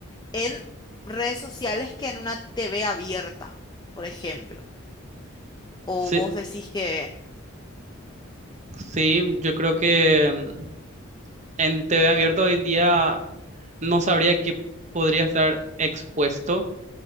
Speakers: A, on the left; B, on the right.
A: en redes sociales que en una TV abierta, por ejemplo.
B: Sí,
A: O vos decís que...
B: Sí, yo creo que mm, en TV abierta hoy en día no sabría qué podría estar expuesto.